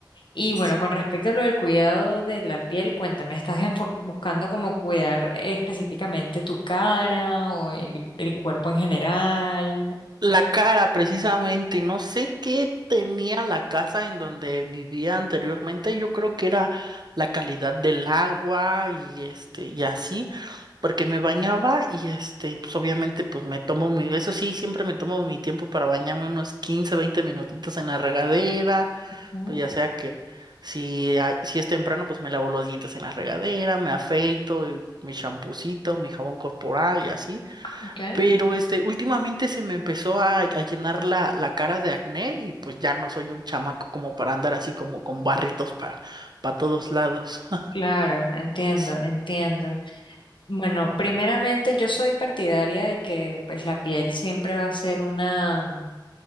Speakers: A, on the left; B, on the right.
A: Y bueno,
B: Sí.
A: con respecto a lo del cuidado de la piel, cuéntame, ¿estás enfo- buscando como cuidar específicamente tu cara o el, el cuerpo en general?
B: La cara, precisamente, no sé qué tenía la casa en donde vivía anteriormente. Yo creo que era la calidad del agua y este, y así, porque me bañaba y este, pues obviamente, pues me tomo mi, eso sí, siempre me tomo mi tiempo para bañarme unos 15 20 minutitos en la regadera,
A: Mm,
B: pues ya sea que si, a- si es temprano, pues me lavo los dientes en la regadera, me afeito, y mi champucito, mi jabón corporal y así.
A: Okay.
B: Pero este, últimamente se me empezó a, a llenar la, la cara de acné y pues ya no soy un chamaco como para andar así como con barritos para, para todos lados. <laughs>
A: Claro, entiendo,
B: Sí.
A: entiendo. Bueno, primeramente yo soy partidaria de que pues la piel siempre va a ser una, mm,